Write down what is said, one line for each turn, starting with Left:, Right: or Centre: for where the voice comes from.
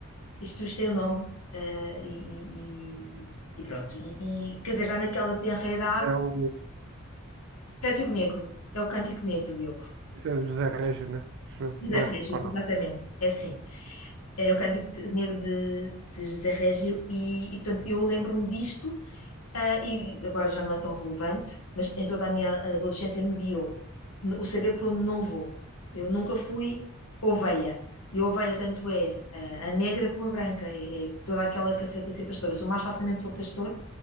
Left: Isto, isto tem o nome, eh, e, e, e pronto. E, e, quer dizer, já naquela tenra idade,
Right: É o.
Left: Cântico Negro, é o Cântico Negro, Diogo.
Right: Esse é o José Régio, né? Acho eu,
Left: José
Right: Não
Left: Régio,
Right: é? Ou não?
Left: exatamente, é assim. é o Cântico de- Negro de, de José Régio, e, e, portanto eu lembro-me disto, ah, e agora já não é tão relevante, mas em toda a minha adolescência me guiou o saber por onde não vou. Eu nunca fui ovelha, e a ovelha tanto é ah, a negra como a branca, é, é toda aquela que aceita ser pastora. Eu sou mais facilmente sou pastor